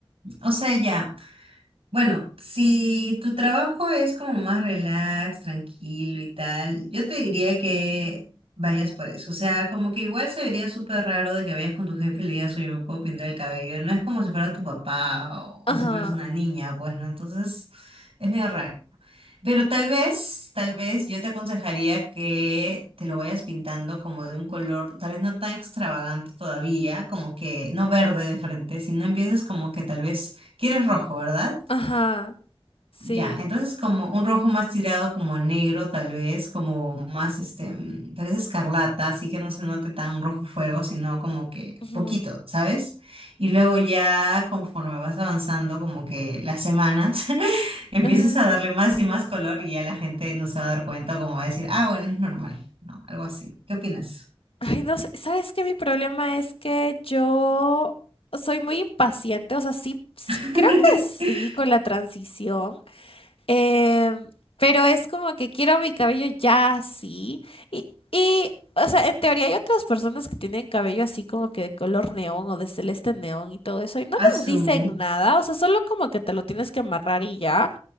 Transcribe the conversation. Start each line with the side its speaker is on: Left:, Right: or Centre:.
Right: o sea, ya. Bueno, si tu trabajo es como más relax, tranquilo y tal, yo te diría que vayas por eso. O sea, como que igual se vería súper raro de que vayas con tu jefe y le digas, oye, me puedo pintar el cabello. No es como si fuera tu papá o, o
Left: Ajá,
Right: si fueras una niña, pues, ¿no? Entonces, es medio raro. Pero tal vez, tal vez yo te aconsejaría que te lo vayas pintando como de un color, tal vez no tan extravagante todavía, como que no verde de frente, sino empieces como que tal vez quieres rojo, ¿verdad?
Left: ajá, sí.
Right: Ya, entonces como un rojo más tirado como a negro, tal vez, como más este, mm, tal vez escarlata, así que no se note tan rojo fuego, sino como que
Left: ujú,
Right: poquito, ¿sabes? Y luego ya conforme vas avanzando, como que las semanas, <laughs> empieces
Left: ajá.
Right: a darle más y más color y ya la gente no se va a dar cuenta, como va a decir, ah, bueno, es normal, ¿no? Algo así. ¿Qué opinas?
Left: Ay, no sé, ¿sabes qué? Mi problema es que yo soy muy impaciente, o sea, sí, s-
Right: <laughs>
Left: creo que sí con la transición, Eh, pero es como que quiero mi cabello ya así. Y, y, o sea, en teoría hay otras personas que tienen cabello así como que de color neón o de celeste neón y todo eso. Y no
Right: Azul.
Left: les dicen nada. O sea, solo como que te lo tienes que amarrar y ya.